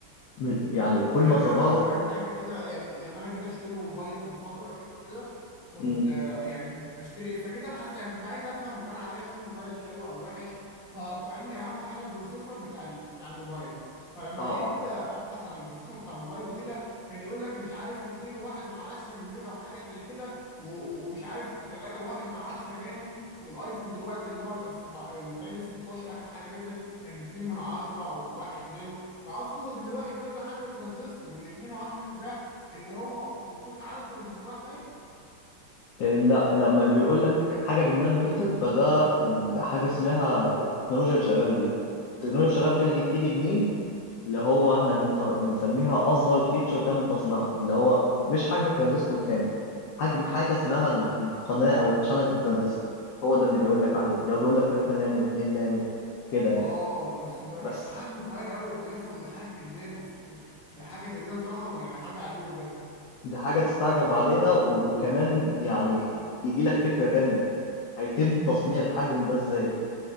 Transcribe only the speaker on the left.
م- يعني
كل
ما تصغره
امم
اه
اه
إيه، لا لما بيقول لك حاجه بالنانوميتر فده ال- حاجه اسمها التكنولوجيا اللي شغال بيها التكنولوجيا اللي شغال بيها دي بتيجي منين اللي هو احنا بنص- بنسميها اصغر فيتشر تم تصنيعها اللي هو مش حجم الترانزستور كامل حجم حاجه اسمها ال- القناه او التشانل في الترانزستور هو ده اللي بيقول لك عليه اللي هو بيقول لك 3 نانو 2 نانو كده يعني
بس
دي حاجه تستعجب عليها و- وكمان يعني يجي لك فكره تانية هيتم
تصنيع الحجم ده ازاي